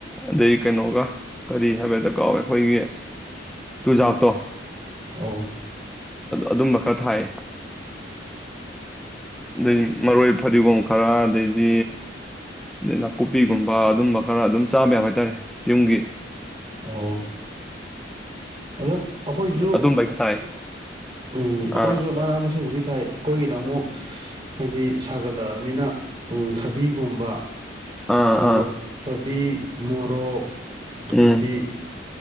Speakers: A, in the centre; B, on the right.
A: ꯑꯗꯩ ꯀꯩꯅꯣꯒ ꯀꯔꯤ ꯍꯥꯏꯕꯗ ꯀꯥꯎꯋꯦ ꯑꯩꯈꯣꯏꯒꯤ ꯇꯨꯖꯥꯛꯇꯣ
B: ꯑꯣ
A: ꯑꯗꯨꯝꯕ ꯈꯔ ꯊꯥꯏ ꯑꯗꯩ ꯃꯔꯣꯏ ꯐꯗꯤꯒꯣꯝ ꯈꯔ ꯑꯗꯩꯗꯤ ꯑꯗꯩ ꯅꯥꯀꯨꯞꯄꯤꯒꯨꯝꯕ ꯑꯗꯨꯝꯕ ꯈꯔ ꯑꯗꯨꯝ ꯆꯥꯕ ꯌꯥꯕ ꯍꯥꯏꯇꯥꯔꯦ ꯌꯨꯝꯒꯤ
B: ꯑꯣ ꯑꯗꯨꯝ ꯑꯩꯈꯣꯏꯁꯨ
A: ꯑꯗꯨꯝꯕ ꯑꯩ ꯈ ꯊꯥꯏ
B: ꯎꯝ ꯑꯩꯈꯣꯏꯁꯨ
A: ꯑꯥ
B: ꯃꯅꯥ ꯃꯁꯤꯡꯕꯨꯗꯤ ꯊꯥꯏ ꯑꯩꯈꯣꯏꯒꯤꯅ ꯑꯃꯨꯛ ꯍꯥꯏꯗꯤ ꯁꯥꯒꯠꯂꯛꯑꯃꯤꯅ ꯊꯕꯤꯒꯨꯝꯕ
A: ꯑꯥ
B: ꯃꯣꯔꯣꯛ
A: ꯑꯥ
B: ꯊꯕꯤ ꯃꯣꯔꯣꯛ ꯑꯗꯥꯗꯤ
A: ꯎꯝ